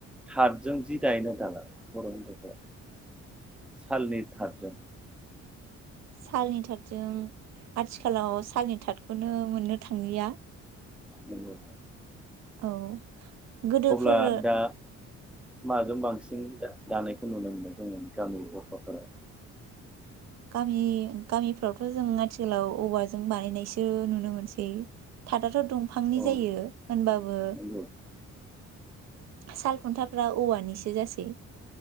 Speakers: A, in the centre; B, on the right (about 60°).
A: तातजों जि दायो ना दाला बर' हिनजावफोरा सालनि थादजों
B: सालनि थाथजों आथिखालाव सालनि थाथखौनो मोननो थांलिया।
A: नंगौ।
B: औ। गोदोफोर
A: अब्ला दा माजों बांसिन दानायखौ नुनो मोनो जोङो गामि गफाफोराव?
B: गामि गामिफ्रावथ' जों आथिखालाव औवाजों बानायनायसो नुनो मोनसै थाद दंफांनि
A: औ
B: जायो होनबाबो
A: नंगौ
B: साल खुन्थाफ्रा औवानिसो जासै।